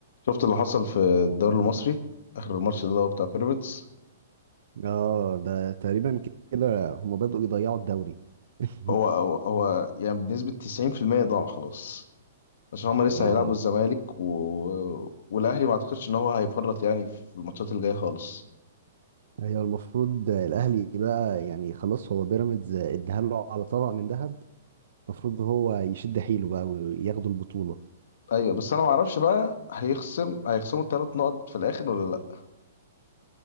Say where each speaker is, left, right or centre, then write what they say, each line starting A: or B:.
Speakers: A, on the left; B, on the right.
A: شفت اللي حصل في الدوري المصري اخر الماتش اللي هو بتاع بيراميدز
B: اه ده تقريبا كده هما بدأوا يضيعوا الدوري <laughs>
A: هو هو هو يعني بنسبة 90% ضاع خلاص عشان هما لسه
B: اه
A: هيلعبوا الزمالك و... والاهلي ما اعتقدش ان هو هيفرط يعني في الماتشات الجاية خالص
B: هي المفروض الاهلي بقى يعني خلاص هو بيراميدز اداها له على طبق من ذهب المفروض هو يشد حيله بقى وياخدوا البطولة
A: ايوه بس انا ما اعرفش بقى هيخصم هيخصموا الثلاث نقط في الاخر ولا لا